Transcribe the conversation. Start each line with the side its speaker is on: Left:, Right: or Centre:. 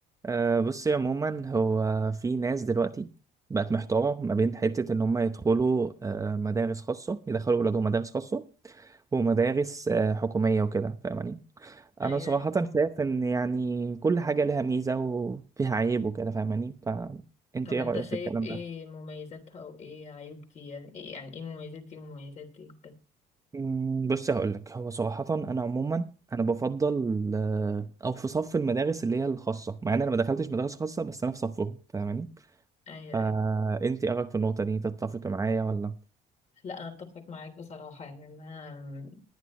Right: أه بصي عموما هو في ناس دلوقتي بقت محتارة ما بين حتة إن هم يدخلوا أه مدارس خاصة يدخلوا ولادهم مدارس خاصة ومدارس أه حكومية وكده فاهماني أنا
Left: ايوه
Right: صراحة
Left: أيوة، فاهمة
Right: شايف إن يعني كل حاجة لها ميزة وفيها عيب وكده فاهماني فأنت
Left: طب
Right: إيه
Left: انت
Right: رأيك
Left: شايف
Right: في الكلام
Left: ايه
Right: ده؟
Left: مميزاتها وايه عيوب دي يعني ايه يعني ايه مميزات دي ومميزات دي وكده
Right: مم، بص هقولك هو صراحة أنا عموما أنا بفضل آه، أو في صف المدارس اللي هي الخاصة مع إن أنا ما دخلتش مدارس خاصة بس أنا في صفهم فاهماني
Left: ايوه
Right: فانت
Left: ايوه
Right: ايه رايك في النقطه دي تتفق معايا ولا
Left: لا انا اتفق معاك بصراحة يعني انا